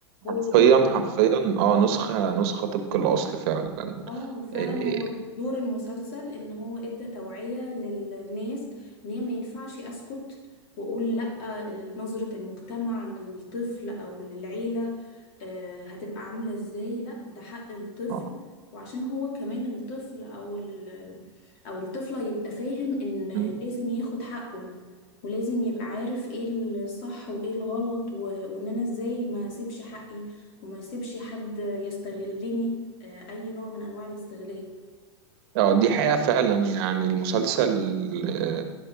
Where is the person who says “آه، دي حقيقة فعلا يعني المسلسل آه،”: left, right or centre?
Right